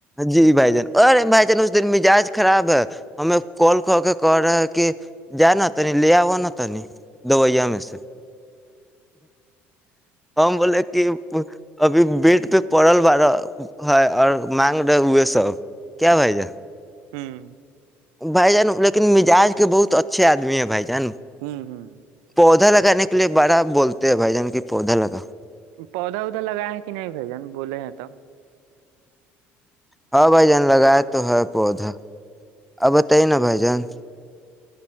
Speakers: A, in the centre; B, on the right.
A: جی بھائی ارے بھائی جان اس دن مزاج خراب ہے ہمیں کال کر کے کر رہا ہے کہ جا نا تنی لے آو نا تنی دویا میں سے ہم بولے کہ ابھی بیڈ پہ پڑل والارا ہے اور مگ ڈا ا <unintelligible> سب کیا بھائی جان
B: ہوں
A: بھائی جان لیکن مزاج کے بہت اچھے آدمی ہیں بھائی جان
B: ہوں ہوں
A: پودا لگانے کے لیے بڑا بولتے ہیں بھائی جان کی پودا لگاؤ
B: پودا اودا لگایا ہے کہ نہیں بھجن بولے ہیں تو
A: ہاں بھاجان لگائے تو ہے پودا آ بتائیے نا بھجان